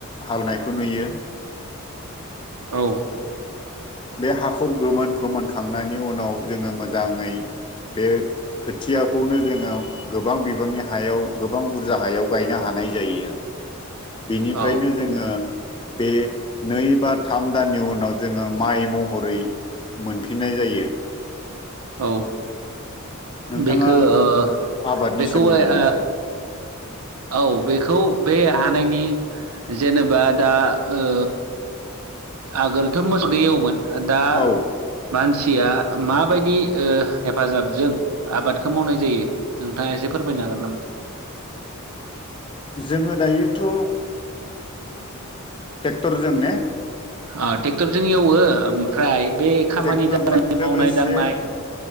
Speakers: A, on the left; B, on the right.
A: हालौनायखौ नुयो
B: औ
A: बे हाखौ गोमोन फोमोनखांनायनि उनाव जोङो मोजाङै बे खोथियाखौनो जोङो गोबां बिबांनि हायाव गोबां बुरजा हायाव गायनो हानाय जायो आरो बेनिफ्रायनो
B: औ
A: जोङो बे नै बा थाम दाननि उनाव जोङो माइ महरै मोनफिननाय जायो
B: औ
A: नोंथाङा
B: बेखो ओ
A: आबादनि
B: बेखौ
A: सोमोन्दै
B: ओइ
A: मोनसे
B: ओ
A: बुंदों
B: औ बेखौ बे हा नायनि जेनेबा दा ओ आगोलथ' मोसौदो एवोमोन दा
A: औ
B: मानसिया माबायदि ओ हेफाजाबजों आबादखौ मावनाय जायो नोंथाङा एसे फोरमायनो हागोन नामा <inaudible>
A: जोङो दायोथ' ट्रेक्टरजों ने
B: अ ट्रेक्टरजों एवो ओमफ्राय बे खामानि
A: ट्रेक्टरजों
B: दामानि
A: लोगोसे
B: मावनाय दांनाय